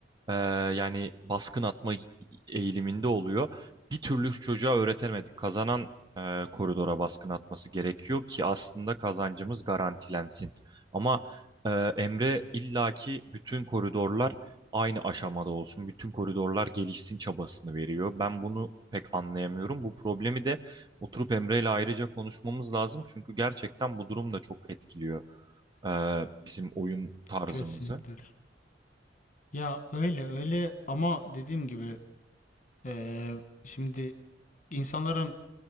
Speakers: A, on the right; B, on the left.
A: ee, yani baskın atma eğiliminde oluyor. Bir türlü çocuğa öğretemedik. Kazanan e, koridora baskın atması gerekiyor ki aslında kazancımız garantilensin. Ama e, Emre illaki bütün koridorlar aynı aşamada olsun, bütün koridorlar gelişsin çabasını veriyor. Ben bunu pek anlayamıyorum. Bu problemi de oturup Emre ile ayrıca konuşmamız lazım. Çünkü gerçekten bu durum da çok etkiliyor e, bizim oyun tarzımızı.
B: Kesinlikle öyle. Ya öyle öyle ama dediğim gibi eee, şimdi insanların